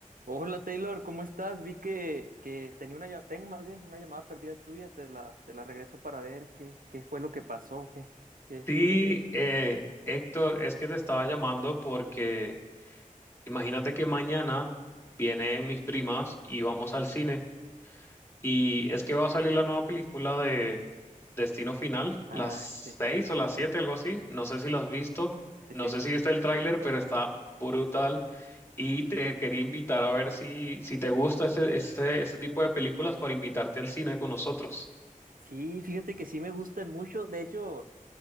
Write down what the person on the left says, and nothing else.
Sí, eh, Héctor, es que te estaba llamando porque imagínate que mañana vienen mis primas y vamos al cine. Y es que va a salir la nueva película de Destino Final,
las
seis
o las siete, algo así. No sé si lo has visto,
no
sé si viste el tráiler, pero está brutal. Y te quería invitar a ver si, si te gusta ese, ese, ese tipo de películas para invitarte al cine con nosotros.